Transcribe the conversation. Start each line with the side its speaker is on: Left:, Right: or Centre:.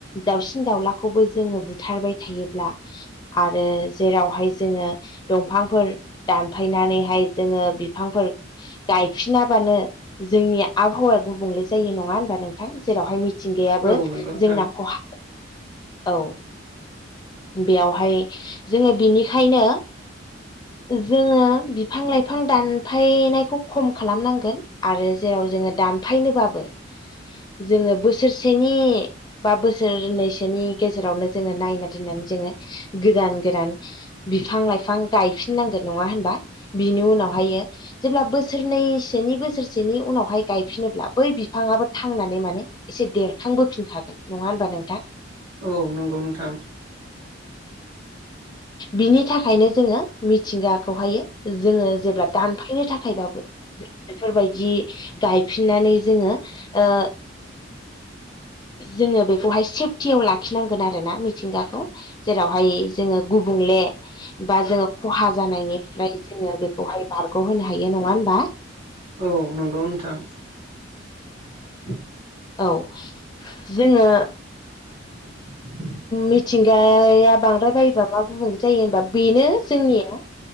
Left: दाउसिन दाउलाखौबो जोङो बुथारबाय थायोब्ला आरो जेरावहाय जोङो दंफांफोर दानफायनानैहाय जोङो बिफांफोर गायफिनाबानो जोंनि आबहावाया गुबुंले जायो नङा होनबा नोंथां जेरावहाय मिथि थिंगायाबो
Right: औ नंगौ नोंथां औ नंगौ नोंथां
Left: जोंना खहा औ। बेयावहाय जोङो बिनिखायनो जोङो बिफां लाइफां दान दानफायनायखौ खम खालामनांगोन आरो जेराव जोङो दानफायनोबाबो जोङो बोसोरसेनि बा बोसोरनैसोनि गेजेरावनो जोङो नायना दोननानै जोङो गोदान गोदान बिफां लाइफां गायफिननांगोन नङा होनबा बिनि उनावहायो जेब्ला बोसोरनैसोनि बोसोरसेनि उनावहाय गायफिनोब्ला बै बिफाङआो थांनानै माने एसे देरखांबोफिनखागोन नङा होनबा नोंथां।
Right: औ नंगौ नोंथां।
Left: बिनि थाखायनो जोङो मिथिंगाखौहायो जोङो जेब्ला दानफायनो थाखायबाबो बेफोरबायदि गायफिननानै जोङो ओ जोङो बेखौहाय सेफटियाव लाखिनांगोन आरोना मिथिंगाखौ जेरावहाय जोङो गुबुंले बा जोङो खहा जानायनिफ्राय जोङो बेखौहाय बारग' होनोनो हायो नङा होनबा।
Right: औ नंगौ नोंथां। <inaudible>
Left: औ जोङो
Right: <inaudible>
Left: मिथिंगाया बांद्राय बायोबा मा गुबुंले जायो होनबा बेनो जोंनिया